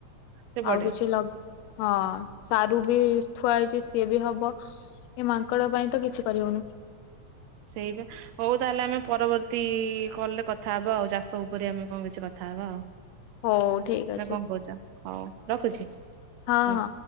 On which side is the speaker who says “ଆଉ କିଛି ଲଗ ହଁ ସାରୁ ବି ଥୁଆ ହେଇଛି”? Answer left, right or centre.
Left